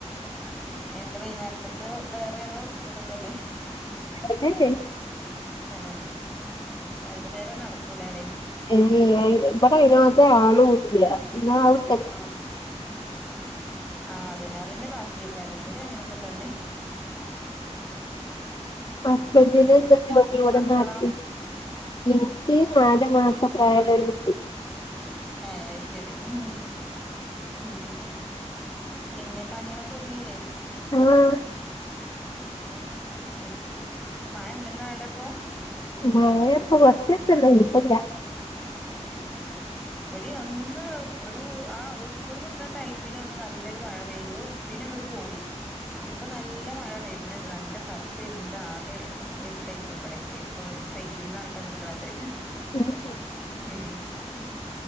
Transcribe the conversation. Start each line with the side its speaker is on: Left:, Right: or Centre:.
Centre: എന്താ വൈകുന്നേരത്തേക്ക് വേറെ ഏതോ ഉച്ചക്കെ തന്നെ
Left: പ്രഗ്നൻറ്
Centre: <unintelligible> രണ്ടു നേരം നടക്കൂലല്ലേ.
Left: ഏ ഇപടെ അയിനാത്ര ആളൂല്ല <unintelligible>
Centre: ആ, ആ അതന്നെ അതന്നെ ബാക്കിയൊക്കാരും ഇവിടെ അങ്ങനെയൊക്കെ തന്നെ.
Left: ഹസ്ബന്റിന്
Centre: ഉം
Left: എന്താ ജോലി ഇവിടെ
Centre: മക്കളോ
Left: നാട്ടില് എനിക്ക് നാല് മാസ പ്രായം ഉള്ള ഒരുകുട്ടി.
Centre: ഏ, അഹ് ശരി ഉം, ഉം പിന്നെ പണികളൊക്കെ ഒരുങ്ങില്ലേ
Left: ആഹ
Centre: അത് ശരി മഴ ഉണ്ടെന്നാ അവിടെപ്പൊ
Left: മഴ അപ്പൊ കുറച്ചുദിവസമല്ലേ ഇപ്പോഴില്ല <inaudible>
Centre: ഇബടി ഒന്ന് ഒരു ആ സ്കൂൾ വിടുന്ന ടൈമിൽ ഒന്ന് നല്ലൊരു മഴ പെയ്തു. പിന്നെ അങ്ങട്ട് പോയി, ഇപ്പൊ നല്ല മഴ വരുന്നുണ്ട് നല്ല കറുത്ത് ഇരുണ്ട് ആകെ. ഇഷ്ട <unintelligible> ഇപ്പൊ പെയ്യുംന്ന് പറഞ്ഞിട്ട നിക്കണത്
Left: <inaudible>
Centre: ഉം